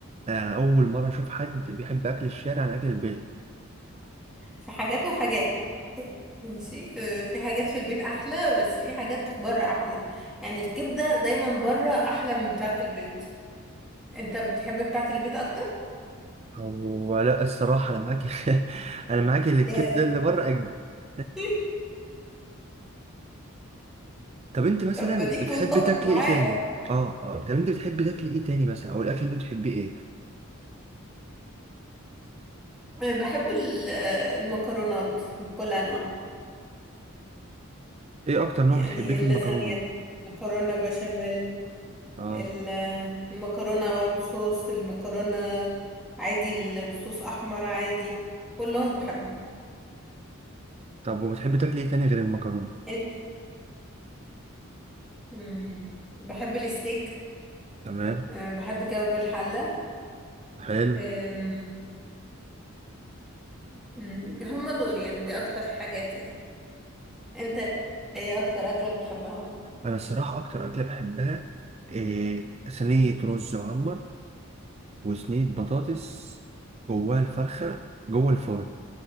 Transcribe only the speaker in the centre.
في حاجات وحاجات ماشي آه، في حاجات في البيت أحلى بس في حاجات بره أحلى يعني الكبدة دايما بره أحلى من بتاعة البيت انت بتحب بتاعة البيت أكتر؟
يا.
<laughs>
طب ما ديك
متفق
معايا
اهو
أنا بحب ال- آه، المكرونات بكل أنواعها
يعني
اللازانيا
المكرونة بشاميل
ال- المكرونة وايت صوص المكرونة عادي اللي بصوص أحمر عادي كلهم بحبهم
انت مم. بحب الستيك
أه، بحب كباب الحلة
أم، مم، هم دول يعني دي أكتر حاجات يعني انت ايه أكتر أكلة بتحبها؟